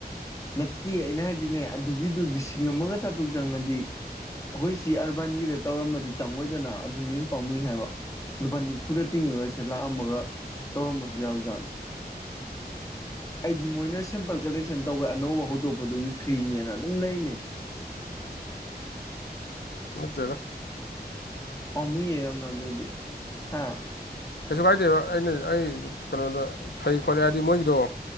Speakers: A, on the left; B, on the left.
A: ꯅꯠꯇꯦ ꯑꯩꯅ ꯍꯥꯏꯗꯤꯅꯦ ꯑꯗꯨꯒꯤꯗꯨ ꯂꯤꯁꯤꯡ ꯑꯃꯒ ꯆꯥꯇ꯭ꯔꯨꯛ ꯆꯪꯉꯗꯤ ꯑꯩꯈꯣꯏ ꯁꯤ ꯑꯔꯕꯥꯟꯒꯤꯗ ꯇꯧꯔꯝꯃꯗꯤ ꯆꯪꯉꯣꯏꯗꯅ ꯑꯗꯨꯅꯦ ꯍꯅ ꯄꯥꯝꯃꯨꯏ ꯍꯥꯏꯕ ꯂꯨꯄꯥ ꯅꯤꯐꯨꯗ ꯇꯤꯡꯉꯒ ꯁꯤ ꯂꯥꯛꯑꯝꯃꯒ ꯇꯧꯔꯝꯃꯁꯨ ꯌꯥꯕ ꯖꯥꯠꯅꯤ ꯑꯩꯗꯤ ꯃꯣꯏꯅ ꯁꯦꯝꯄꯜ ꯀꯂꯦꯛꯁꯟ ꯇꯧꯕꯩ ꯑꯅꯧꯕ ꯍꯧꯗꯣꯛꯄꯗꯨꯒꯤ ꯐ꯭ꯔꯤꯅꯦꯅ ꯑꯗꯨꯝ ꯂꯩꯅꯦ
B: ꯅꯠꯇꯗ
A: ꯄꯥꯃꯨꯏ ꯌꯥꯝ ꯑꯗꯗꯤ ꯍꯥ
B: ꯀꯩꯁꯨ ꯀꯥꯏꯗꯦꯕ ꯑꯩꯅ ꯑꯩ ꯀꯩꯅꯣꯗ ꯐꯩ ꯈꯣꯠꯂꯦ ꯍꯥꯏꯗꯤ ꯃꯣꯏꯒꯤꯗꯣ